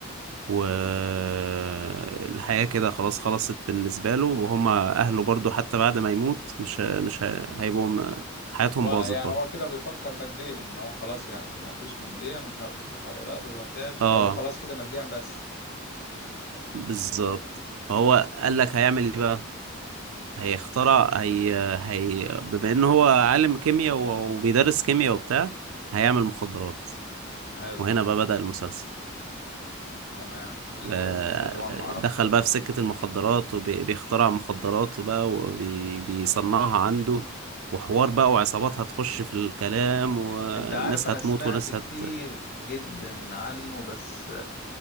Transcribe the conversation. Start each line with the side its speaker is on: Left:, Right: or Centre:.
Right: والحياة كده خلاص خلصت بالنسبة له وهما أهله برضو حتى بعد ما يموت مش مش هي- هيبقوا م- حياتهم
Left: هو
Right: باظت
Left: يعني
Right: برضو
Left: هو كده بيفكر ماديا ان هو خلاص يعني ما فيش ماديا ومش عارف يصرف على اولاده وهو تعب
Right: اه
Left: فهو خلاص كده ماديا بس
Right: بالظبط فهو قال لك هيعمل ايه بقى هيخترع هي هي بما انه هو عالم كيمياء و- وبيدرس كيمياء وبتاع هيعمل
Left: حلو
Right: مخدرات
Left: حلو
Right: وهنا بقى بدأ المسلسل
Left: تمام اللي
Right: آه،
Left: هي الميس هزون
Right: آه،
Left: ما اعرفش
Right: دخل
Left: ولا
Right: بقى في
Left: لا
Right: سكة المخدرات وبيخترع مخدرات وبقى وبيصنعها عنده وحوار بقى وعصابات هتخش في الكلام وناس
Left: انت عارف انا
Right: هتموت
Left: سمعت
Right: وناس
Left: كتير
Right: هت
Left: جدا عنه بس